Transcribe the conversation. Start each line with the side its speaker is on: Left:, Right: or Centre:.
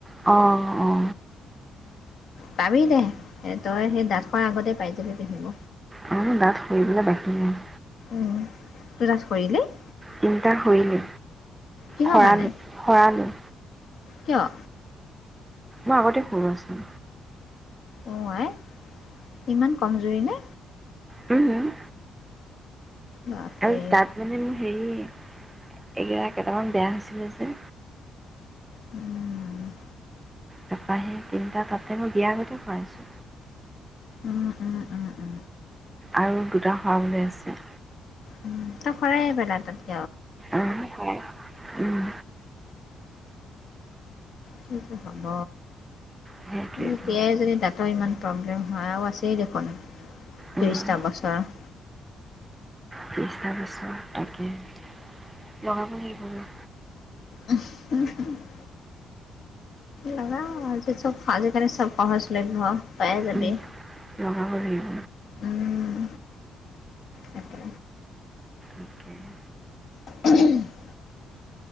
Right: অঁ, অঁ।
Left: পাবি দে, তই সেই দাত খোৱাৰ আগতে পাই যাবি পিন্ধিব।
Right: মোৰ দাঁত সৰিবলৈ বাকী নাই।
Left: উম, তোৰ দাঁত সৰিলেই!
Right: তিনটা সৰিলে,
Left: কিহৰ
Right: সৰালো,
Left: কাৰণে
Right: সৰালো।
Left: কিয়?
Right: মই আগতে সৰোৱাইছো।
Left: অঁ, আই ইমান কমজুৰিনে?
Right: উম।
Left: বাপৰে
Right: আৰু দাঁত মানে মোৰ হেৰি এইকেইটাৰ কেইটামান বেয়া হৈছিলে যে।
Left: উম।
Right: তাপা সেই তিনিটা তাতে মই বিয়া আগতে সৰাইছো।
Left: উম, উম, উম, উম।
Right: আৰু দুটা সৰাবলৈ আছে।
Left: উম, তই সৰাই আহিবা দাঁত তাত।
Right: অ' সাৰ উম।
Left: কি যে হ'ব,
Right: সেইটোৱেইটো
Left: এতিয়াই যদি দাঁত তাৰ ইমান প্ৰব্লেম হয়, আৰু আছেই দেখোন
Right: উম,
Left: ত্ৰিছটা বছৰ?
Right: ত্ৰিছটা বছৰ তাকেহে, বঢ়াব লগাব লাগিব দেই।
Left: উম <unintelligible> লগাওঁ, আজি চব আজিকালি চব সহজলভ্য পাইয়ে যাবি।
Right: উম, লগাব লাগিব।
Left: উম তাকে
Right: অকে <unintelligible>
Left: উ <unintelligible>